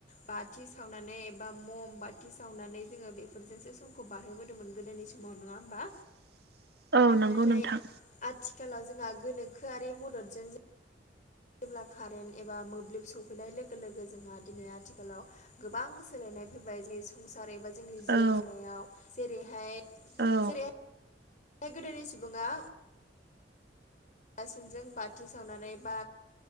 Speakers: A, on the left; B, on the right.
A: बाथि सावनानै बा म'म बाथि सावनानै जोङो बेफोरजोंसो समखौ बारहोबोदोंमोन गोदोनि समाव नङा होमबा
B: <unintelligible> नंगौ
A: नाथाय
B: नोंथां
A: आथिखालाव जोंहा गोनोखोआरि मददजों जों जेब्ला कारेन्ट एबा मोब्लिब सफैनाय लोगो लोगो जोंहा दिनै आथिखालाव गोबां सोलायनाय फैबाय जों संसार एबा जोंनि जिउ
B: औ
A: खुंनायाव जेरैहाय जेरैहाय
B: औ
A: बे गोदोनि सुबुङा हासिनजों बाथि सावनानै बा